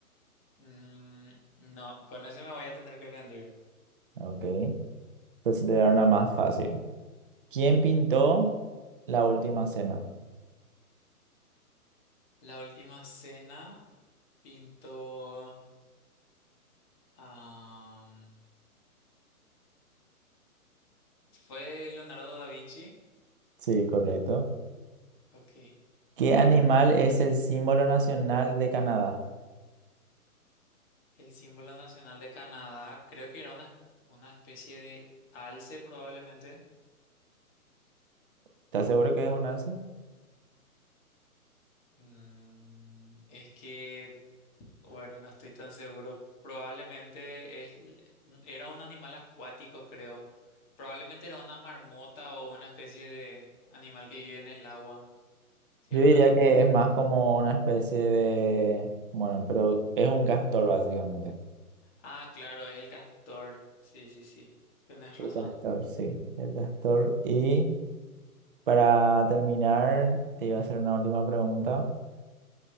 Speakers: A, on the left; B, on the right.
A: Mm, no, con ese me voy a tener que rendir.
B: Ok, entonces te dará una más fácil. ¿Quién pintó la última cena?
A: La última cena pintó... am, fue Leonardo da Vinci.
B: Sí, correcto.
A: Ok.
B: ¿Qué animal es el símbolo nacional de Canadá?
A: El símbolo nacional de Canadá. Creo que era una, una especie de alce probablemente.
B: ¿Estás seguro que es un alce?
A: Mm, es que, bueno, no estoy tan seguro. Probablemente es, l- un- era un animal acuático, creo. Probablemente era una marmota o una especie de animal que vive en el agua, ¿cierto?
B: Yo diría que es más como una especie de... Bueno, pero es un castor básicamente.
A: Ah, claro, es el castor. Sí, sí, sí. Tienes razón.
B: El castor, sí, el castor. Y para terminar, te iba a hacer una última pregunta.